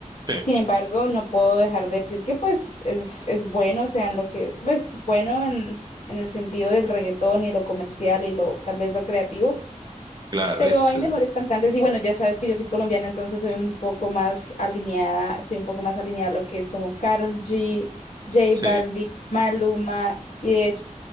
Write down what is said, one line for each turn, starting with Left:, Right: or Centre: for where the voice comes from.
Right: sí,
Left: Sin embargo, no puedo dejar de decir que pues es, es bueno, o sea, en lo que, pues bueno en, en el sentido del reggaetón y lo comercial y lo tal vez lo creativo
Right: claro,
Left: pero
Right: ese es
Left: hay
Right: el
Left: mejores
Right: tema.
Left: cantantes y bueno, ya sabes que yo soy colombiana, entonces soy un poco más alineada, estoy un poco más alineada a lo que es como Karol G, J
Right: Sí.
Left: Balvin, Maluma y de